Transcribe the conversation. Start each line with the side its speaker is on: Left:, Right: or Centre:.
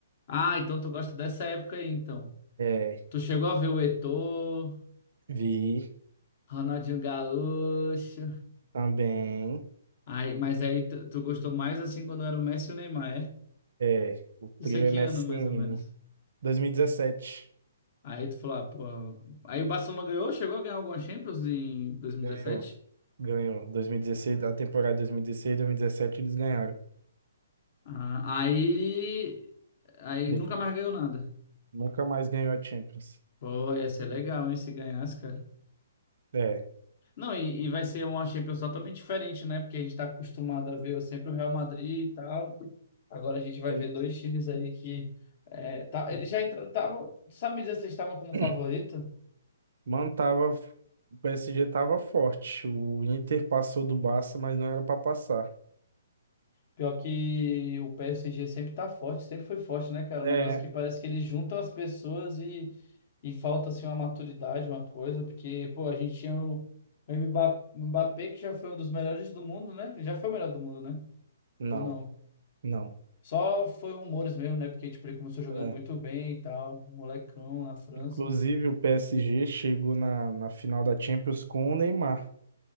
Left: Ah, então tu gosta dessa época aí, então.
Right: É,
Left: Tu chegou a ver o Eto'o,
Right: vi
Left: Ronaldinho Gaúcho.
Right: também.
Left: Aí, mas aí tu, tu gostou mais assim quando era o Messi e o Neymar, é?
Right: É, o
Left: Isso
Right: trio
Left: é que
Right: MSN.
Left: ano, mais ou menos.
Right: 2017.
Left: Aí tu falou, ah, pô. Aí o Barcelona ganhou, chegou a ganhar alguma Champions em 2017?
Right: Ganhou. Ganhou. 2016, a temporada 2016, 2017 eles ganharam.
Left: Ah, aí, aí
Right: Depois,
Left: nunca mais ganhou nada.
Right: nunca mais ganhou a Champions.
Left: Pô, ia ser legal, hein, se ganhasse, cara.
Right: É.
Left: Não, e, e vai ser uma Champions totalmente diferente, né? Porque a gente tá acostumado a ver sempre o Real Madrid e tal. Agora a gente vai
Right: foi-
Left: ver dois times aí que. É, tá, eles já entraram. Sabe me dizer se eles estavam como
Right: <clears throat>
Left: favorito?
Right: Mano, tava, o PSG tava forte. O Inter passou do Barça, mas não era pra passar.
Left: Pior que o PSG sempre tá forte, sempre foi forte, né, cara?
Right: É,
Left: Um negócio que parece que eles juntam as pessoas e, e falta, assim, uma maturidade, uma coisa, porque, pô, a gente tinha o o Mba- Mbappé, que já foi um dos melhores do mundo, né? Ele já foi o melhor do mundo, né?
Right: não,
Left: Ou não?
Right: não.
Left: Só foi rumores mesmo, né? Porque, tipo, ele começou jogando
Right: é.
Left: muito bem e tal, molecão na França.
Right: Inclusive, o PSG chegou na, na final da Champions com o Neymar,